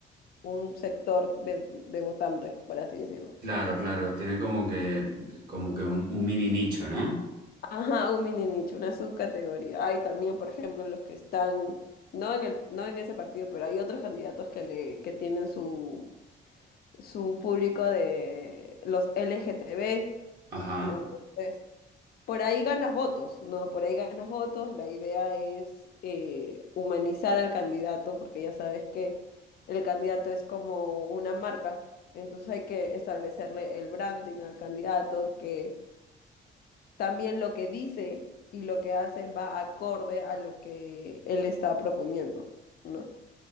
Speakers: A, on the left (about 50°); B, on the right (about 50°).
A: un sector de, de votantes, por así decirlo.
B: claro, claro, tiene como que, como que un, un mini nicho, ¿no?
A: Ajá, un mini nicho, una subcategoría. Hay también, por ejemplo, los que están, no en el, no en ese partido, pero hay otros candidatos que le, que tienen su, su público de los LGTB.
B: Ajá.
A: Entonces, por ahí ganas votos, ¿no? Por ahí ganas votos. La idea es eh, humanizar al candidato, porque ya sabes que el candidato es como una marca. Entonces hay que establecerle el branding al candidato, que también lo que dice y lo que hace va acorde a lo que él está proponiendo, ¿no?